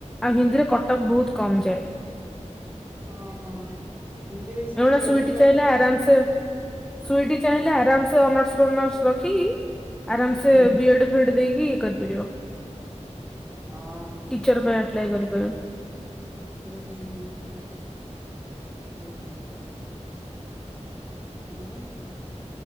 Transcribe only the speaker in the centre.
ଆଉ ହିନ୍ଦୀରେ କଟପ ବହୁତ କମ ଯାଏ
ଏଟା ସଇଟ
ଚାହିଲେ
ଆରାମ ସେ ସୁଇଟି ଚାହିଁଲେ ଆରାମ ସେ ଅନର୍ସ ଫନର୍ସ ରଖିକି ଆରାମସେ
ବିଏଡ୍ ଫିଏଡ ଦେଇକି ଇ କରିପାରିବ।
ଟିଚର ପାଇଁ ଆପ୍ଲାଏ କରିପାରିବ।